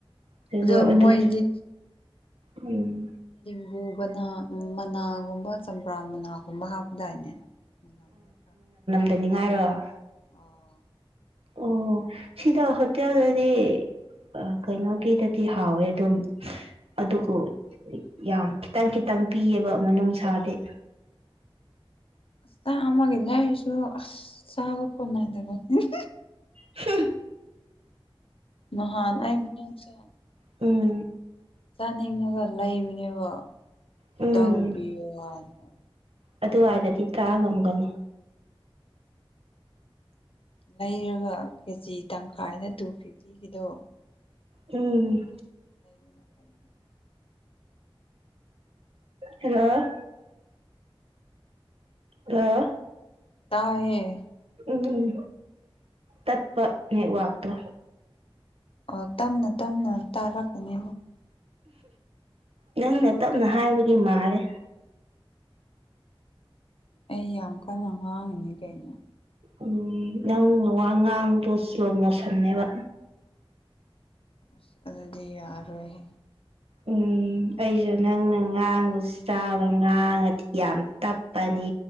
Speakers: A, on the right; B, on the left.
A: ꯑꯗꯨꯁꯨ
B: ꯑꯗꯣ
A: ꯑꯗꯨ
B: ꯃꯣꯏꯗꯤ
A: ꯎꯝ
B: ꯎꯝ ꯎꯨꯕꯅꯥ ꯃꯅꯥꯒꯨꯝꯕ ꯆꯝꯄ꯭ꯔꯥ ꯃꯅꯥꯒꯨꯝꯕ ꯍꯥꯞꯄꯗꯥꯏꯅꯦ <unintelligible>
A: ꯗꯅꯤꯡꯉꯥꯏꯔꯣ
B: ꯑꯣ
A: ꯑꯣ ꯁꯤꯗ ꯍꯣꯇꯦꯜꯗꯗꯤ ꯑꯥ ꯀꯩꯅꯣꯒꯤꯗꯗꯤ ꯍꯥꯎꯋꯦ ꯑꯗꯨꯝ ꯑꯗꯨꯒꯨ ꯌꯥꯝ ꯈꯤꯇꯪ ꯈꯤꯇꯪ ꯄꯤꯌꯦꯕ ꯃꯅꯨꯡꯁꯥꯗꯤ
B: ꯆꯥꯝꯃꯥꯒꯤ ꯂꯥꯏꯔꯁꯨ ꯑꯁ ꯆꯥꯕ ꯀꯣꯟꯅꯗꯕ ꯑꯍꯤꯍꯤ
A: ꯍꯨꯝ
B: ꯅꯥꯍꯥꯟ ꯑꯩ ꯃꯅꯨꯡꯁ
A: ꯎꯝ
B: ꯆꯥꯅꯤꯡꯉꯒ ꯂꯩꯕꯅꯦꯕ ꯈꯤꯇꯪ
A: ꯎꯝ
B: ꯄꯤꯕꯋꯥꯅꯦ
A: ꯑꯗꯨꯋꯥꯏꯗꯗꯤ ꯇꯥꯡꯉꯝꯒꯅꯤ
B: ꯂꯩꯔꯒ ꯀꯦꯖꯤ ꯇꯪꯈꯥꯏꯗ ꯇꯨ ꯐꯤꯐꯇꯤꯒꯤꯗꯣ
A: ꯎꯝ
B: <unintelligible>
A: ꯍꯜꯂꯣ ꯍꯜꯂꯣ
B: ꯇꯥꯏꯌꯦ
A: ꯎꯝ ꯎꯝ ꯇꯠꯄ ꯅꯦꯠꯋꯥꯛꯇꯣ
B: ꯑꯣ ꯇꯞꯅ ꯇꯝꯅ ꯇꯥꯔꯛꯀꯅꯦ ꯃꯨꯛ
A: ꯅꯪꯅ ꯇꯞꯅ ꯍꯥꯏꯕꯒꯤ ꯃꯥꯂꯦ
B: ꯑꯩ ꯌꯥꯝ ꯀꯟꯅ ꯉꯥꯡꯉꯤꯅꯤ ꯀꯩꯅꯣ
A: ꯎꯝ ꯅꯪ ꯋꯥ ꯉꯥꯡꯕꯗꯣ ꯁꯂꯣ ꯃꯣꯁꯟꯅꯦꯕ
B: ꯑꯁ ꯑꯗꯨꯗꯤ ꯌꯥꯔꯔꯣꯏ ꯍꯦ
A: ꯎꯝ ꯑꯩꯁꯨ ꯅꯪꯅ ꯉꯥꯡꯕꯁꯤ ꯆꯥꯎꯅ ꯉꯥꯡꯉꯗꯤ ꯌꯥꯝ ꯇꯞꯄꯅꯦ